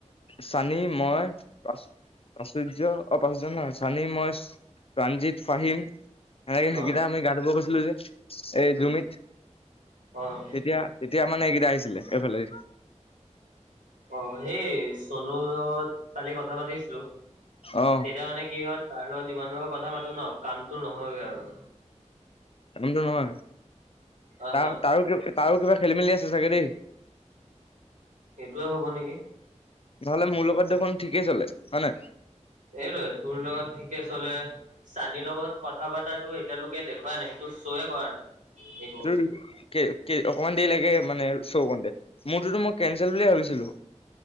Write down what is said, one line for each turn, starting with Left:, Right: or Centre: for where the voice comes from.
Left: চানি, মই পা-প্ৰাচুৰ্য অ', প্ৰাসূৰ্য্য নহয় চানি মই। প্ৰাণজিৎ, ফাহিম সেনেকে সেইকেইটা
Right: অ',
Left: আমি গা ধুব গৈছিলোঁ যে এই
Right: উম,
Left: জুমিত।
Right: অ',
Left: তেতিয়া, তেতিয়া মানে এইকেইটা আহিছিলে এইফালে।
Right: অ', এছ চনুৰ লগত কালি কথা পাতিছিলোঁ,
Left: অ
Right: তেতিয়া মানে কি হয় তাৰ লগত। যিমান পাৰোঁ কথা পাতো ন কামতো নহয়গে আৰু।
Left: কামটো নহয়
Right: আহা।
Left: তাৰ-তাৰ-তাৰো, তাৰো কিবা খেলি মেলি আছে চাগে দেই।
Right: সেইটোয়ে হ'ব নেকি?
Left: নহ'লে মোৰ লগত দেখোন ঠিকেই চলে হয় নাই।
Right: এইটোৱেই তোৰ লগত ঠিকে চলে। চানীৰ লগত কথা পাতাটো এতিয়ালৈকে দেখুৱাই নাই, সেইটো শ্বয়ে কৰা নাই। একো
Left: <unintelligible>
Right: বস্তু
Left: অকমান দেৰি লাগে মানে চৌ কৰোঁতে। মোৰটোতো মই কেনচেল বুলি এ ভাবিছিলোঁ।